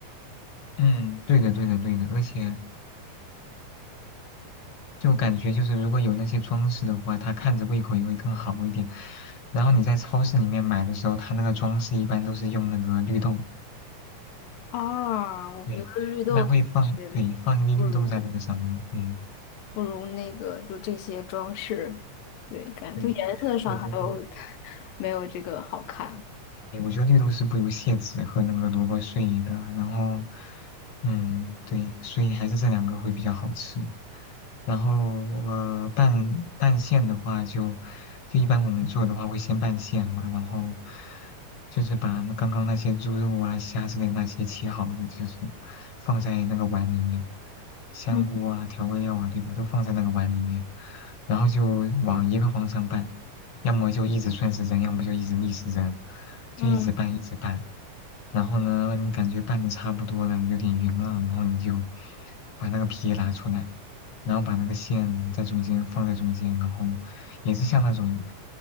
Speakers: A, on the left (about 55°); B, on the left (about 90°).
A: 嗯，对的对的对的，而且就感觉就是如果有那些装饰的话，它看着胃口也会更好一点。然后你在超市里面买的时候，它那个装饰一般都是用那个绿豆，
B: 啊，我觉得绿豆肯定是不如
A: 对，一般会放，对，放一粒绿豆在那个上面，嗯，
B: 不如那个就这些装饰，对，感觉就颜色上它都
A: 对，我觉得。
B: <laughs> 没有这个好看。
A: 对，我觉得绿豆是不如蟹籽和那个萝卜碎的，然后，嗯，对，所以还是这两个会比较好吃。然后，呃，拌拌馅的话就，就一般我们做的话会先拌馅嘛，然后就是把那刚刚那些猪肉啊、虾之类那些切好的，就是放在那个碗里面，香菇啊、
B: 嗯
A: 调味料啊，对吧，都放在那个碗里面，然后就往一个方向拌。要么就一直顺时针，要么就一直逆时针，就一直拌一直拌。
B: 嗯。
A: 然后呢，你感觉拌的差不多了，有点匀了，然后你就把那个皮拿出来，然后把那个馅在中间放在中间，然后也是像那种，